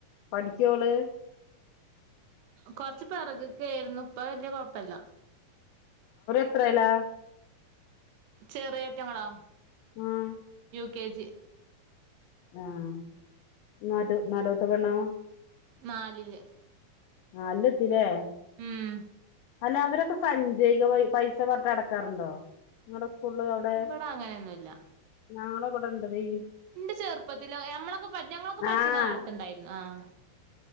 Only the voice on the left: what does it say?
പഠിക്കോ ഓള്
എത്രേലാ?
ആഹ്
ആഹ് നടു നടൂത്ത പെണ്ണൊ?
നാലില് എത്തില്ലേ
അല്ല അവരൊക്കെ സഞ്ചൈക പൈസ പറഞ്ഞട്ട് നടക്കാറുണ്ടോ സകുള് അവിടെ
ഞങ്ങള ഇവിടെ ഇണ്ട് വയ്
ആഹ്